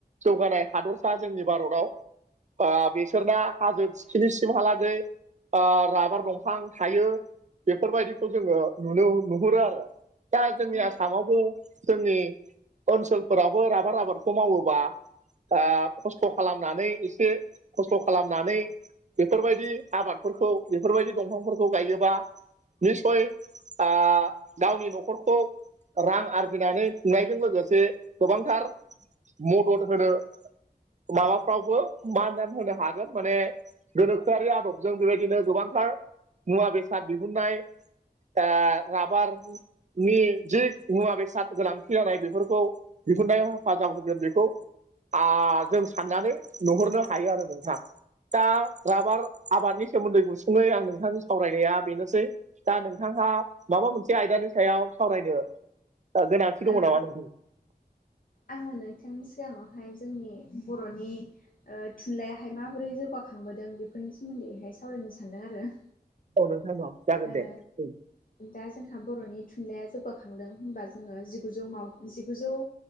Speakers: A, on the right; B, on the left.
A: जौगानाय हादरसा जोंनि भारताव आ बिसोरना हाजो सिनिसिमहालाग आ राबार दंफां थायो बेफोरबायदिखौ जोङो नुनो नुहुरो आरो दा जोंनि
B: औ
A: आसामाव जोंनि ओनसोलफोरावबो राबार आबादखौ मावोबा आ खस्थ' खालामनानै एसे खस्थ' खालामनानै बेफोरबाय बिदि आबादफोरखौ बेफोरबायदि दंफांफोरखौ गायोबा निसय आ गावनि न'खरखौ रां आरजिनानै थुनलायजों लोगोसे गोबांथार मदद होनो माबाफ्रावबो माननानै होनो हागोन माने गोनोख आरि आदबजों बेबायदिनो गोबांथार मुवा बेसाद दिहुननाय राबारनि जि मुवा बेसाद गोनांथि जानाय बेफोरखौ दिहुननायाव हेफाजाब होगोन बेखौ आ जों साननानै नुहरनो हायो आरो नोंथां दा राबार आबादनि सोमोन्दै गुसुङै आं नोंथांनि सावरायनाया बेनोसै दा नोंथांहा माबा मोनसे आयदानि सायाव सावरायनो गोनांथि दङ
B: औ
A: नामा नों
B: आङो नोंथांनि सिगाङावहाय जोंनि बर'नि ओ थुनलाइाहाय माबोरै जौगाखांबोदों बेफोरनि सोमोन्दैहाय सावरायनो सानदों आरो।
A: औ नोंथां औ जागोन
B: ओ
A: दे औ
B: दा जोंहा बर'नि। थुनलाइया जौगाखांदों होनबा जोङो जिगुजौ जिगुजौ